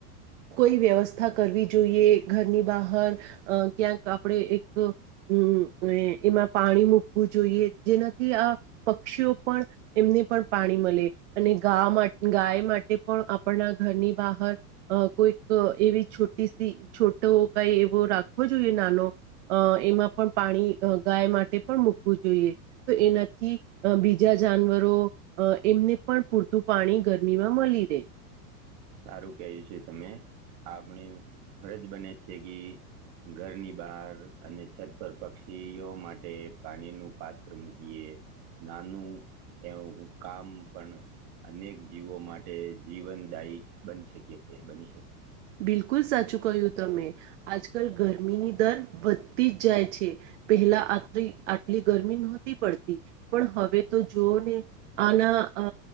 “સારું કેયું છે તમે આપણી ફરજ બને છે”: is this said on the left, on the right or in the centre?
Right